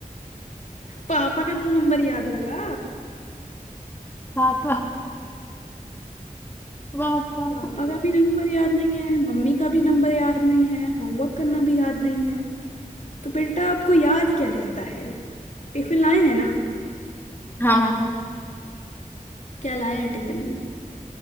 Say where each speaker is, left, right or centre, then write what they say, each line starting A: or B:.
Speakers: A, on the left; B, on the left.
A: पापा का तो नंबर याद होगा
B: पापा पापा
A: पापा का भी नंबर याद नहीं है मम्मी का भी नंबर याद नहीं है होमवर्क करना भी याद नहीं है तो बेटा आपको याद क्या रहता है टिफिन लाए हैं ना
B: हाँ मैम
A: क्या लाए हैं टिफिन में